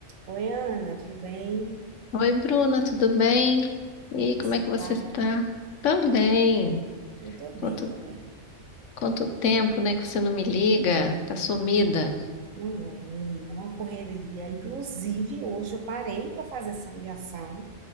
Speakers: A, on the right; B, on the left.
A: Oi, Ana, tudo bem?
B: Oi, Bruna, tudo bem?
A: Como
B: E aí,
A: é que você
B: como é que você
A: tá?
B: está? Também.
A: Eu tô bem
B: Quanto,
A: também.
B: quanto tempo, né, que você não me liga? Tá sumida.
A: Não é, menina, uma correria. Inclusive, hoje eu parei para fazer essa ligação,